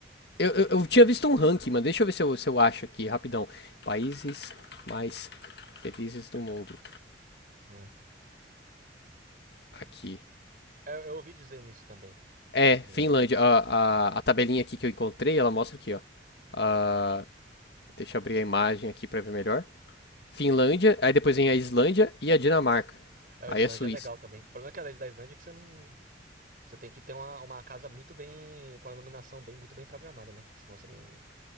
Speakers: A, on the left; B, on the right.
A: Eu, eu, eu tinha visto um ranking, mano. Deixa eu ver se eu, se eu acho aqui, rapidão. Países mais felizes do mundo.
B: Ah,
A: Aqui.
B: Eu, eu ouvi dizer nisso também,
A: É,
B: da Finlândia.
A: Finlândia. A, a, a tabelinha aqui que eu encontrei, ela mostra aqui, ó. Ah, deixa eu abrir a imagem aqui pra ver melhor. Finlândia, aí depois vem a Islândia e a Dinamarca.
B: É, a
A: Aí
B: Islândia
A: a Suíça.
B: é legal também. O problema é que a lei da Islândia é que você não. Você tem que ter uma, uma casa muito bem. com a iluminação bem, muito bem programada, né? Porque senão você não